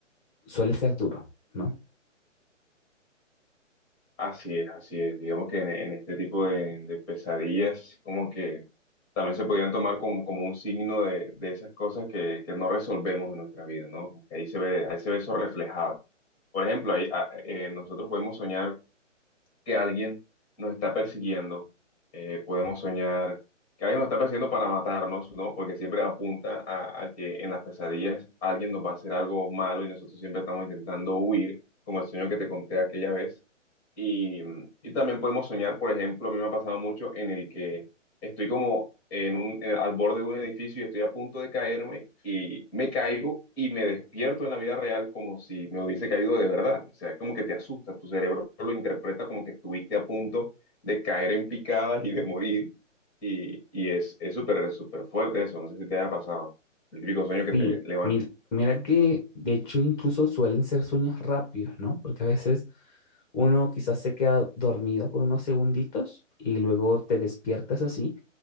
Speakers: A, on the left (about 40°); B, on the left (about 20°).
A: suele ser duro, ¿no?
B: Así es, así es. Digamos que en, en este tipo de, de pesadillas, como que también se podían tomar como, como un signo de, de esas cosas que, que no resolvemos en nuestra vida, ¿no? Como que ahí se ve, ahí se ve eso reflejado. Por ejemplo, ahí, ah, eh, nosotros podemos soñar que alguien nos está persiguiendo. Eh, podemos soñar que alguien nos está persiguiendo para matarnos, ¿no? Porque siempre apunta a, a que en las pesadillas alguien nos va a hacer algo malo y nosotros siempre estamos intentando huir, como el sueño que te conté aquella vez. Y, y también podemos soñar, por ejemplo, a mí me ha pasado mucho en el que estoy como en un, en- al borde de un edificio y estoy a punto de caerme y me caigo y me despierto en la vida real como si me hubiese caído de verdad. O sea, como que te asusta, tu cerebro lo interpreta como que estuviste a punto de caer en picadas y de morir. Y, y es, es súper, súper fuerte eso, no sé si te haya pasado. El típico sueño que
A: Sí,
B: te levantas.
A: mi- mira que de hecho incluso suelen ser sueños rápidos, ¿no? Porque a veces uno quizás se queda dormido por unos segunditos y luego te despiertas así